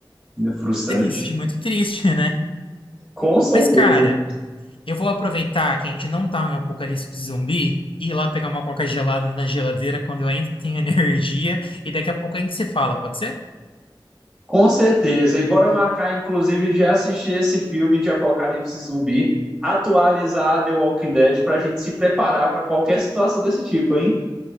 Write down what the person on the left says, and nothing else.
Triste, muito triste, né?
Mas, cara. Eu vou aproveitar que a gente não tá em um apocalipse zumbi e ir lá pegar uma coca gelada na geladeira quando eu ainda tenho <laughs> energia e daqui a pouco a gente se fala, pode ser?